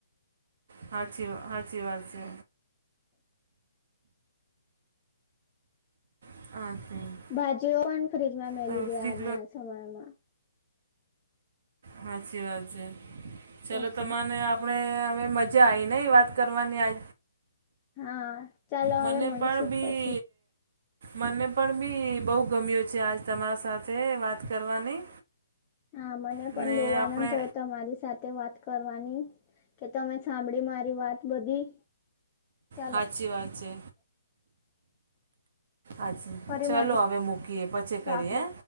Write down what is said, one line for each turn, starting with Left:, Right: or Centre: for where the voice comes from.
Right: હાચી હાચી વાત છે. <unintelligible>
Left: ભાજીઓ પણ ફ્રીજમાં મેલી
Right: તમે
Left: દે
Right: ફ્રીજ
Left: આજના સમયમાં.
Right: હાચી વાત છે
Left: પછી
Right: ચલો તમાને આપ આપણે અવે મજા આવી નહીં વાત કરવાની આ
Left: હા ચાલો
Right: મને
Left: હવે મળીશું
Right: પણ બી
Left: પછી.
Right: મને પણ બી બહુ ગમ્યો છે આજ તમારા સાથે વાત કરવાની.
Left: હા મને
Right: ને
Left: પણ બહુ
Right: આપણે
Left: આનંદ થયો તમારી સાથે વાત કરવાની. કે તમે સાંભળી મારી વાત બધી. ચાલો
Right: હાચી વાત છે. અચ્છા
Left: ફરી
Right: ચાલો
Left: મળીશું
Right: હવે મૂકીએ પછી કરીએ
Left: આપડે
Right: હે.